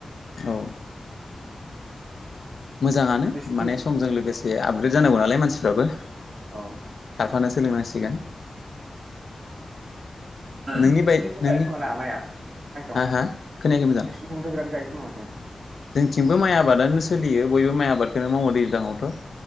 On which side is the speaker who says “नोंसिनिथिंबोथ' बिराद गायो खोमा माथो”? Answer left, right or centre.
Right